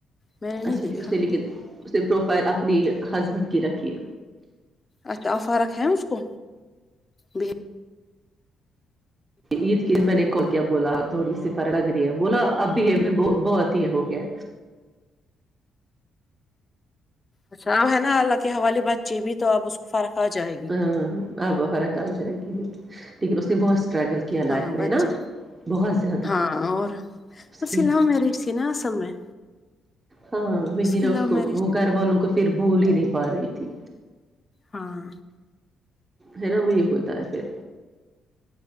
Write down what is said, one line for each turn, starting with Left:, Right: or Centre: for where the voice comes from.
Left: میں نے نہیں
Right: اچھا
Left: دیکھا
Right: ج اس نے لیکن اس نے پروفائل اپنی ہسبینڈ کی رکھیے
Left: اچھا آفار ہے اس کو بھی
Right: عید کی میں نے کول کیا بولا تھوڑی سی لگ رہی ہے بولا اب ب میں ب بہت ہی ہو گیا
Left: اچھا ا ہے نا اللہ کے حوالے بچے بھی تو اب اس کو فرق آ جائے گی
Right: ہاں آب فرق آ جائے گی لیکن لیکن اس نے بہت اسٹرگل کیا لائف
Left: ہاں
Right: میں
Left: بچے
Right: ہے نا بہت زیادہ
Left: ہاں اور
Right: اس
Left: وہ
Right: کی
Left: س ل مریج س نا اصل میں
Right: ہاں وہی
Left: کی
Right: نہا
Left: لو
Right: اس کو
Left: میرج
Right: وہ گھر والوں کو پھر بھول ہی نہیں پا رہی تھی
Left: ہاں
Right: ہے نا وہی ہوتا ہے پھر